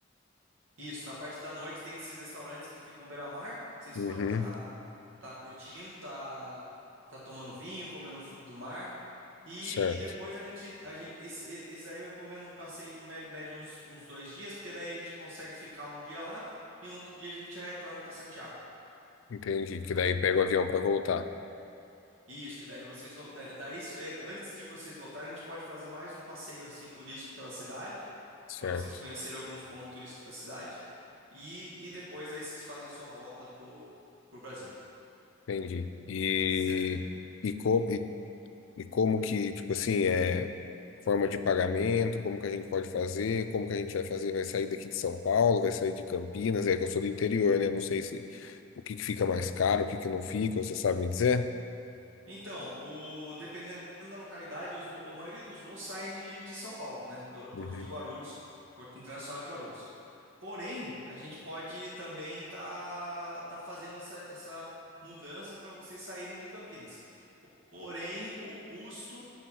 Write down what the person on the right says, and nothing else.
Isso, na parte da noite tem esses restaurantes que ficam beira-mar, que vocês
podem estar curtindo, tá, tá tomando vinho, comendo um fruto do mar. E,
e depois a gente, a gente esse, e- esse daí eu recomendo um passeio de médio, médio uns, uns dois dias, porque daí a gente consegue ficar um dia lá e no outro dia a gente já retorna para Santiago.
Isso, que daí vocês vão. né, daí, isso é, antes de vocês voltarem, a gente pode fazer mais um passeio assim turístico pela cidade,
para vocês conhecerem alguns pontos turísticos da cidade. E, e depois aí vocês fazem a sua volta pro, pro Brasil.
Certo.
Então, o, dependendo da localidade, os, vo- a maioria dos voos saem de, de São Paulo, né? Do aeroporto
de Guarulhos, Porto Internacional de Guarulhos. Porém, a gente pode também tá, tá fazendo essa, essa mudança para vocês saírem de Campinas. Porém, o custo.